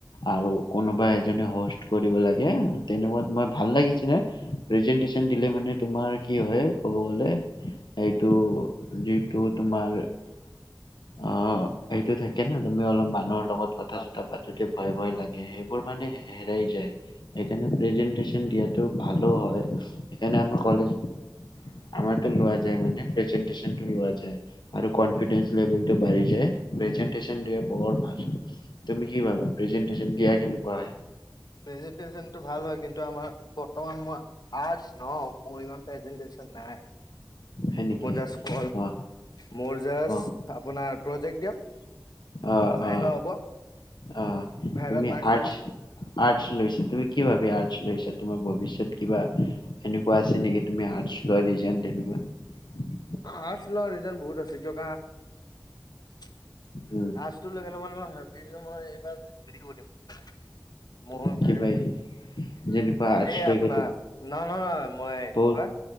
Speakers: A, on the left; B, on the left.
A: আৰু কোনোবা এজনে হোষ্ট কৰিব লাগে তেনেকুৱ মই ভাল লাগিছিলে হয়। ৰিজিটেনশন দিলে মানে তোমাৰ কি হয় ক'ব গ'লে সেইটো যিটো তোমাৰ অ - টো থাকে ন তুমি অলপ মানুহৰ লগত কথা
B: প্ৰেজেন্টেচন
A: চথা পাতোতে ভয় - ভয় লাগে সেইবোৰ মানে হেৰাই যায় সেইকাৰণে প্ৰেজেনটেশচন দিয়াতটো ভালো হয়। সেইকাৰণে আমাৰ কলেজ আমাৰটো লোৱা যায় মানে প্ৰেজেণ্টেশন লোৱা যায় আৰু কনফিডেন্স লেবেলটো বাঢ়ি যায়। প্ৰেজেণ্ট প্ৰেজেণ্টশন ইয়াৰ বহুত ভাল তুমি কি ভাবা প্ৰেজেণ্টশন দিয়া কেনেকুৱা হয়,
B: প্ৰেজেণ্টেছন টো ভাল হয় কিন্তু আমাৰ বৰ্তমান মই আৰ্টছ ন মোৰ ইমান প্ৰেজেনটেশচন নাই।
A: হয় নেকি?
B: ম জাচ কল
A: অ',
B: মজাজ
A: অ',
B: আপোনাৰ প্ৰজেক্ট দিয়ক
A: অ
B: ভাইবা
A: অ
B: হ'ব
A: অ
B: ভাইবাত
A: তুমি
B: মাৰ্ক্স
A: আৰ্টছ
B: দিব
A: আৰ্টছ লৈছা তুমি কি ভাবি? আৰ্টছ লৈছা তোমাৰ ভৱিষৎ কিবা এনেকুৱ আছে নেকি তুমি আৰ্টছ লোৱা ৰিজন তেনেকুৱা? উম।
B: আৰ্টছ লোৱা ৰিজন বহুত আছে কিয় আৰ্টছটো
A: উম,
B: লৈ কেনে মানে মই ভাবিছো মই এইবাৰ হেৰি কৰি দিম বুলি কেনে মোৰ <unintelligible>
A: কিবা যেনেকুৱা আৰ্টছ
B: এই
A: লৈকেতো
B: আপোনাৰ ন ন নহ মই
A: বহুত
B: কি কয়